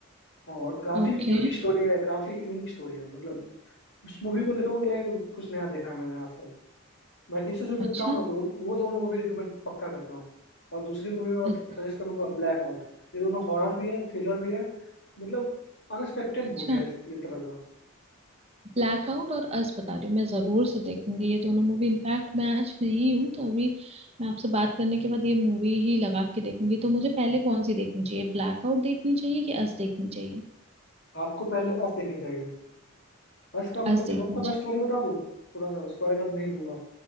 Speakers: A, on the left; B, on the right.
A: और काफी
B: ओके
A: यूनिक स्टोरी है काफी यूनिक स्टोरी है मतलब उस मूवी को देखोगे लगेगा कि कुछ नया देखा है मैंने आज तक मैं किसी से मिलता
B: अच्छा
A: हूँ ना तो वो दोनों मूवी रिकमेंड पक्का करता हूँ और दूसरी मूवी मैं
B: अ-
A: सजेस्ट करूंगा ब्लैक आउट ये दोनों हॉरर भी है थ्रिलर भी है मतलब अनएक्सपेक्टेड
B: अच्छा
A: मूवी है इस ये तरह का
B: ब्लैकआउट और अस बता रही हूँ मैं जरूर से देखूंगी ये दोनों मूवी इनफैक्ट मैं आज फ्री हूँ तो अभी मैं आपसे बात करने के बाद ये मूवी ही लगा के देखूंगी तो मुझे पहले कौन सी देखनी चाहिए ब्लैकआउट देखनी चाहिए कि अस देखनी चाहिए
A: आपको पहले अस देखनी चाहिए अस का मतलब
B: अस देखनी
A: थोड़ा सा
B: चाहिए
A: मैं स्टोरी बता दूं थोड़ा सा स्पॉइलर नहीं दूंगा